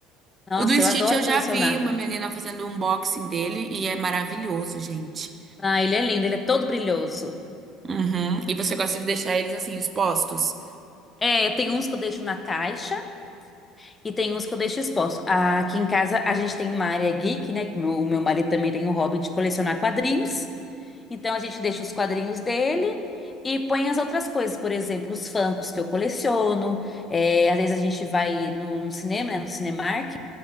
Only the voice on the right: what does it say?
O do Stitch
eu já
vi uma menina fazendo um unboxing dele e é maravilhoso, gente.
Uhum. E você gosta de deixar eles, assim, expostos?